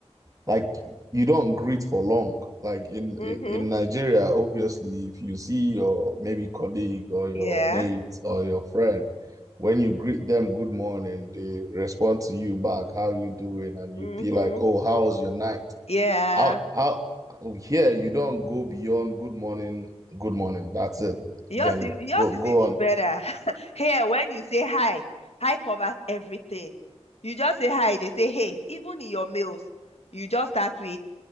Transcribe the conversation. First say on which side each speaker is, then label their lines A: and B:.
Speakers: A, on the right; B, on the left.
A: like you don't greet for long. Like in
B: Mm-hmm.
A: in Nigeria, obviously, if you see your maybe colleague or your
B: Yeah.
A: mate or your friend, when you greet them good morning, they respond to you back, how you doing? And
B: Mm-hmm.
A: you be like, oh, how was your night?
B: Yeah.
A: Out, out here, you don't go beyond good morning, good morning. That's it.
B: Yours,
A: Then
B: i- yours
A: go
B: is
A: go
B: even
A: on.
B: better. <laughs> Here, when you say hi, hi covers everything. You just say hi, they say hey. Even in your mails, you just start with